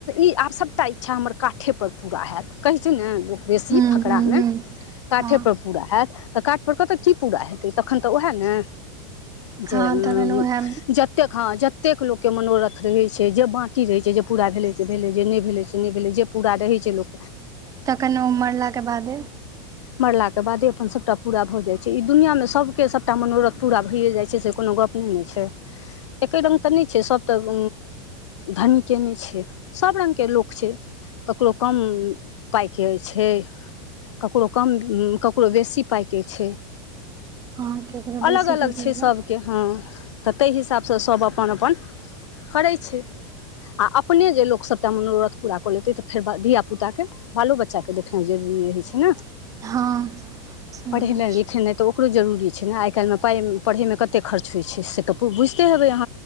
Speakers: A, on the left; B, on the right.
A: ई आब सबटा इच्छा हमर काठेपर पूरा हैत कहैत छै ने लोक बेसी
B: हूँ
A: फकरामे
B: हूँ हूँ
A: काठेपर
B: हँ
A: पूरा हयत तऽ काठपर कतय की पूरा हेत तखन तऽ उएह ने जे
B: हँ
A: उ
B: तखन उएह
A: जतेक ख कतेक लोककेँ मनोरथ रहैत छै जे बांकी रहय छै जे पूरा भेलय से भेलय जे नहि भेलय से नहि भेलय जे पूरा रहय छै जे लोक
B: तखन ओ मरलाकेँ बादे
A: मरलाक के बादे अपन सबटा पूरा भऽ जाइ छै ई दुनिया मे सबकेँ सबटा मनोरथ पूरा भइयए जाइत छैक से कोनो गप नहि ने छै एके रंग तऽ नहि छैक सभ तऽ धनीकेँ नहि छैक सभ रङ्गके लोक छैक ककरो कम पाइकेँ छै ककरो कम ककरो बेसी पाइके छै
B: हँ केकरो बेसी
A: अलग अलग
B: केकरो
A: छै सभकेँ हँ तऽ ताहि हिसाबसँ सभ अपन अपन करैत छै आ अपने जे लोक सभटा मनोरथ पूरा कऽ लतै तऽ फेर धिय पुताकेँ बालो बच्चाकेँ देखनाइ जरुरी रहइ छै ने <unintelligible>
B: हँ समझ
A: पढ़ेनाइ लिखेनाइ तऽ ओकरो जरुरी छै ने आइ कालमे पाई पढ़े मे कते खर्च होइ छै से तऽ बुझते हे अ